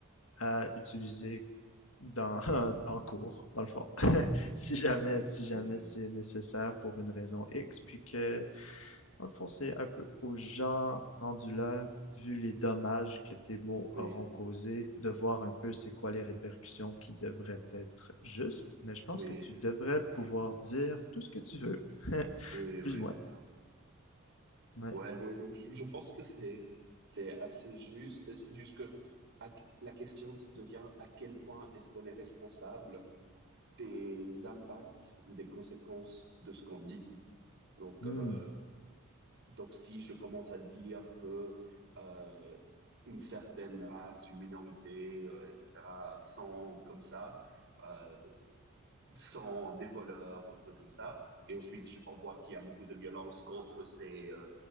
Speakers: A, on the left (about 65°); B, on the right (about 55°).
A: euh, utilisées dans, <laughs> en cours, dans le fond, <laughs> si jamais,
B: Oui,
A: si jamais
B: oui,
A: c'est nécessaire pour une raison X, puis que Dans le fond, c'est un peu aux gens rendus là, vu les dommages que tes mots
B: oui,
A: auront causés, de voir un peu c'est quoi les répercussions qui devraient être justes, mais je pense
B: oui,
A: que tu devrais pouvoir dire tout ce que tu veux. <laughs>
B: oui, oui,
A: Plus ou moins.
B: c'est ça.
A: Ouais.
B: Ouais, ouais, non, je, je pense que c'est, c'est assez juste. C'est c'est juste que à- la question devient à quel point est-ce qu'on est responsable des impacts ou des conséquences de ce qu'on dit. Donc,
A: Hmm.
B: euh, Donc, si je commence à dire que euh, une certaine race, une minorité, euh, etc., sont comme ça, euh, sont des voleurs, ou un truc comme ça, et ensuite je- on voit qu'il y a beaucoup de violence contre ces, euh,